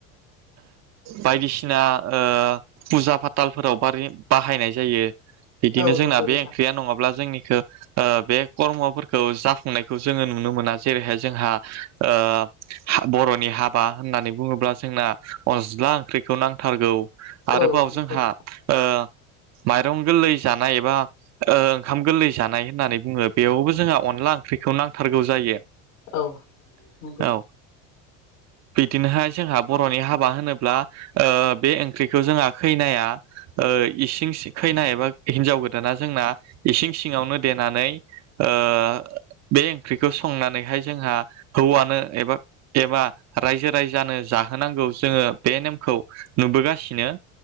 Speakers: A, on the right (about 45°); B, on the left (about 85°).
A: बायदिसिना ओ फुजा फाथालफोराव बारि बाहायनाय जायो। बिदिनो
B: औ
A: जोंना
B: नंगौ नोंथां
A: बे ओंख्रिया नङाब्ला जोंनिखो ओ बे कर्मफोरखौ जाफुंनायखौ जोङो नुनो मोना जेरैहाय जोंहा ओ हा बर'नि हाबा होननानै बुङोब्ला जोंना अज्ला ओंख्रैखौ नांथारगौ। आरोबाव
B: औ नंगौ नोंथां
A: ओ ओंखाम गोरलै जानाय एबा ओ ओंखाम गोरलै जानाय होननानै बुंङो बेयावबो जोंहा अनला ओंख्रिखौ नांथारगौ जायो।
B: औ नंगौ
A: औ बिदिनोहाय जोंहा बरनि हाबा होनोब्ला ओ बे ओंख्रिखौ जोंहा खैनाया ओ इसिं सि खैना एबा हिन्जाव गोदाना जोंना इसिं सिङावनो देनानै ओ बे ओंख्रिखौ संनानैहाय जोंहा हौवानो एबा एबा रायजो राजानो जाहोनांगौ जोंङो बे नेमखौ नुबोगासिनो